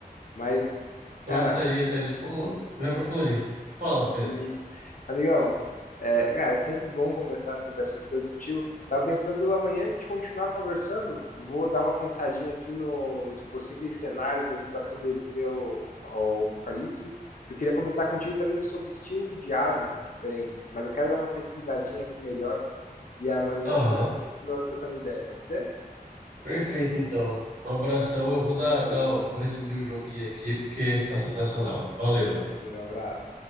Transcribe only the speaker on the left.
Mas,
cara,
Isso. Amigão, é, cara, é sempre bom conversar sobre essas coisas contigo. Tava pensando amanhã a gente continuar conversando. Vou dar uma pensadinha aqui no- nos possíveis cenários ali para sobreviver ao, ao apocalipse. Que eu queria comentar contigo também sobre estilos de arma diferentes, mas eu quero dar uma pesquisadinha aqui melhor e amanhã
a gente continua trocando ideia, pode ser?
Valeu,
valeu, um abraço.